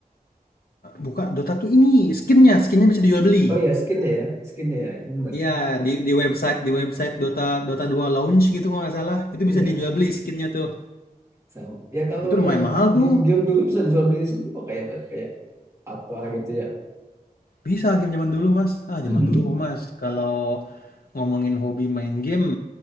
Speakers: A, on the left; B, on the right.
A: Buka Dota tuh ini skinnya, skinnya bisa dijual beli.
B: Oh iya skinnya ya, skinnya ya, ya, benar.
A: Iya di di website di website Dota Dota dua launch gitu kalau nggak salah itu
B: Iya.
A: bisa dijual beli skinnya tuh.
B: Sama. Ya kalau
A: Itu lumayan
B: yang
A: mahal tuh.
B: game-game dulu bisa dijual beli semua kayak kayak apa gitu ya.
A: Bisa game zaman dulu mas. Ah zaman
B: <laughs>
A: dulu mas. Kalau ngomongin hobi main game,